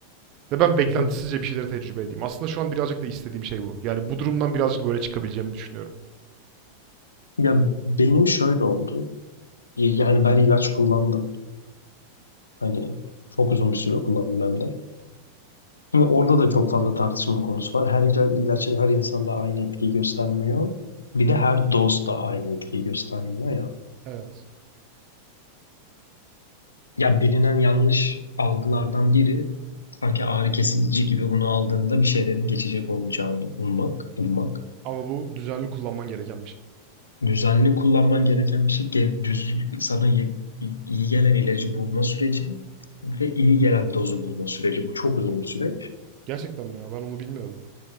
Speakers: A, on the right; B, on the left.
A: Ve ben beklentisizce
B: Hı hı.
A: bir şeyleri tecrübe edeyim. Aslında şu an birazcık da istediğim şey bu. Yani bu durumdan birazcık böyle çıkabileceğimi düşünüyorum.
B: Ya benim şöyle oldu. Y- Yani ben ilaç kullandım. Hani çok uzun bir süre kullandım hem de. Şimdi orada da çok fazla tartışma konusu var. Her ila- ilaç her insanda aynı etkiyi göstermiyor. Bir de her doz da aynı etkiyi göstermiyor ya.
A: Evet.
B: Ya bilinen yanlış algılardan biri sanki ağrı kesici gibi bunu aldığında bir şeylerin geçecek olacağını ummak, ummak.
A: Ama bu düzenli kullanman gereken bir şey.
B: Düzenli kullanman gereken bir şey ge- düz sana ye- iyi gelen ilacı bulma süreci ve iyi gelen dozu bulma süreci. Bu çok uzun bir süreç.
A: Gerçekten mi ya? Ben onu bilmiyordum.